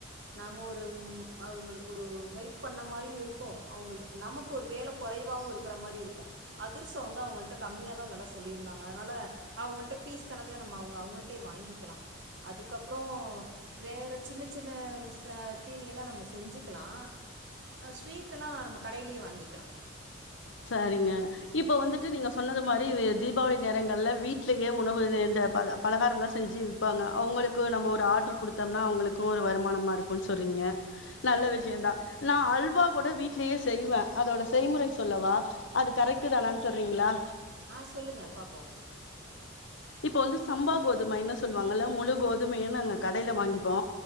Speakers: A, on the right; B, on the left.
A: நாம ஒரு அவ்ங்களு க்கு ஒரு ஹெல்ப் பண்ண மாரியு இருக்கு அவ்ங்களுக் நமக்கு ஒரு வேல கொறைவாவு இருக்குற மாரி இருக்கு அதிர்சொ வந்து அவுங்கள்ட்ட கம்மியா தா வெல சொல்லியிருந்தாங்க அதனால அவுங்கள்ட்ட பீஸ் கணக்குல நம்ம அவ்ங்க அவுங்கள்ட்டயே வாங்கிக்கலா அதுக்கப்றொ வேற சின்னச் சின்ன ச தீனியெல்லா நம்ம செஞ்சி க்கலா ஆ ஸ்வீட் எல்லா நம்ம கடைலயே வாங்கிக்கலா
B: சரிங்க இப்ப வந்துட்டு நீங்க சொன்னது மாரி வெ தீபாவளி நேரங்கள்ல வீட்லயே உணவு இந்த பத பலகாரம்லா செஞ்சி ப்பாங்க அவ்ங்களுக்கு நம்ம ஒரு ஆட்ரு குடுத்தோம்னா அவ்ங்களுக்கு ஒரு வருமானமா இருக்கூன் சொல்றீங்க நல்ல விஷயந்தா நா அல்வா கூட வீட்லயே செய்வ அதோட செய்முறை சொல்லவா அது கரெக்ட்டு
A: ஆ
B: தானான் சொல்றீங்களா
A: ஆ சொல்லுங்க பாப்போ
B: இப்போ வந்து சம்பா கோதுமைனு சொல்லுவாங்கல்ல முழு கோதுமையா நாங்க கடைல வாங்கிப்போ